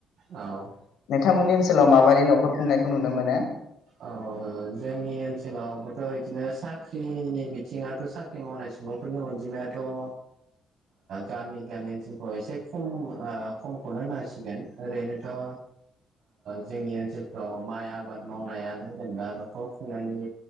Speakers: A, on the right (about 70°); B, on the left (about 80°).
A: औ
B: नोंथांमोननि ओनसोलाव माबादि नखर खुंनायखौ नुनो मोनो
A: ओ जोंनि ओनसोलावबोथ' इदिनो साख्रिनि बिथिङथ' साख्रि मावनाय सुबुंफोरनि अनजिमायाथ' ओ गामि गामि ओनसोलफ्राव एसे खम ओ खमखौनो नांसिगोन ओरैनोथ' ओ जोंनि ओनसोलफ्राव माइ आबाद मावनायानो जेनेबा नखर खुंनायनि